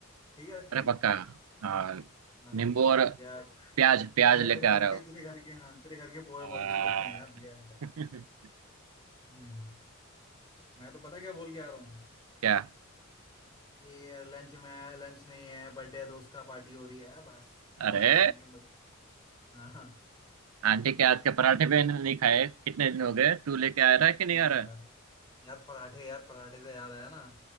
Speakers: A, on the left; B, on the right.
A: ठीक है रख
B: अरे
A: के
B: पक्का हाँ
A: हाँ
B: नींबू और
A: यार
B: प्याज प्याज
A: पोहे
B: लेके
A: तेरे
B: आ
A: घर
B: रहे
A: के
B: हो
A: तेरे घर के हाँ तेरे घर के पोहे
B: हाँ।
A: बहुत अच्छे लगते हैं यार ले आऊंगा
B: <laughs>
A: हम्म मैं तो पता क्या बोल के आ रहा हूँ
B: क्या
A: ये लंच में लंच नहीं है बर्थडे दोस्त का पार्टी हो रही है बस पोहे
B: अरे
A: खाएंगे मुझे हाँ हाँ
B: आंटी के हाथ के पराठे भी नहीं खाए कितने दिन हो गए तू लेके आ रहा है कि नहीं
A: हाँ
B: आ रहा
A: यार
B: है
A: यार पराठे यार पराठे से याद आया ना